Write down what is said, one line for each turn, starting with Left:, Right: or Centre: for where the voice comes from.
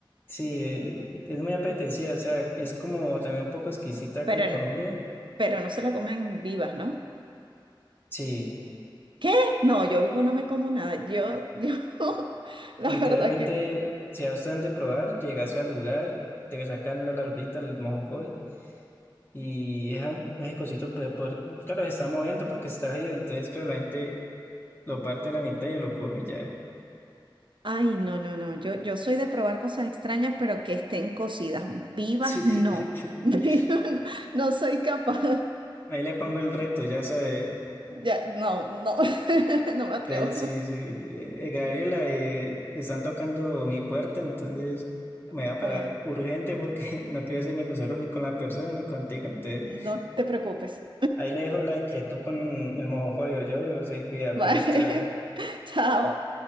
Left: Sí, eh, es muy apetecida, o sea, es como también un poco exquisita acá
Right: Pero,
Left: de Colombia.
Right: pero no se la comen vivas, ¿no?
Left: Sí,
Right: ¿Qué? No, yo vivo no me como nada. Yo, yo, <laughs> la
Left: literalmente,
Right: verdad que...
Left: si ya están de probar, llegas al lugar, te sacan la larvita, el mojojoy, y es un ese cosito, pero, por- claro, se está moviendo porque está vivo, entonces, claro, la gente lo parte a la mitad y ya lo come y ya.
Right: Ay, no, no, no. Yo, yo soy de probar cosas extrañas, pero que estén cocidas. Vivas,
Left: <laughs>
Right: no. <laughs> Vivas, no, no soy capaz.
Left: Ahí le pongo el reto, ya sabe,
Right: Ya, no, no, <laughs> no me atrevo.
Left: Entonces, sí, sí, eh, Gabriela, eh, están tocando mi puerta, entonces me
Right: Bueno,
Left: voy a parar urgente porque <laughs> no quiero ser ni grosero ni con la persona ni contigo. Entonces,
Right: no te preocupes.
Left: ahí le dejo la inquietud con el mojojoyo. Yo se
Right: <laughs>
Left: cuida,
Right: Bye.
Left: pues, chao.
Right: <laughs> Chao.